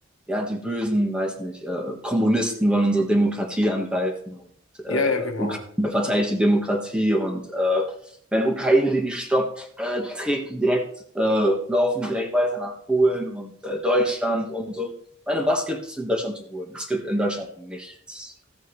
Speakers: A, in the centre; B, on the left.
A: ja die bösen, weiß nicht, äh, Kommunisten wollen unsere Demokratie angreifen und
B: Ja,
A: äh,
B: ja, genau.
A: verteidigt die Demokratie und äh, wenn Ukraine die nicht stoppt, äh, treten direkt, äh, laufen direkt weiter nach Polen und äh, Deutschland und so. Ich meine, was gibt es in Deutschland zu holen? Es gibt in Deutschland nichts.